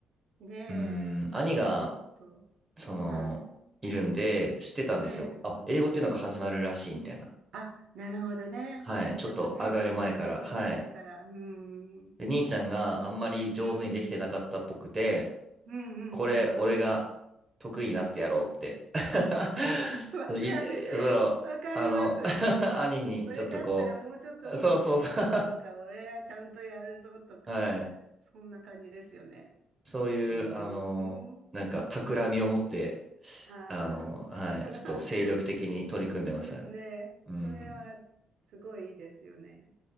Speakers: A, on the right; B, on the right.
A: ねえ。
B: うーん、兄が、
A: ほんと。
B: その、
A: は
B: いるんで、知ってたんですよ。
A: い。ええ。
B: あ、英語っていうのが始まるらしい、みたいな。
A: あ、なるほどね。
B: はい。
A: お兄ちゃんがね、
B: ちょっと上がる前から。
A: それで勉強してるから。
B: はい。
A: うーん。
B: で、兄ちゃんがあんまり上手にできてなかったっぽくて、
A: うん。うん。うん。うん。
B: これ、
A: うん。
B: 俺が得意になってやろうって。
A: うん
B: <laughs>
A: あ、わかる。
B: そう、い、いそう、
A: わかります。
B: あの、<laughs> 兄にちょっとこ
A: 俺だったらもうちょっとうまくやるぞとか、
B: う、そうそうそう
A: 俺はちゃんとやるぞとか、
B: <laughs> はい。
A: そんな感じですよね。
B: そういう、
A: うーん。
B: あの、なんか、企みを持って、
A: ああ。
B: あの、はい。
A: <laughs>
B: ちょっと精力的に取り組んでましたね。
A: いいですね。
B: うん。
A: それはすごいいいですよね。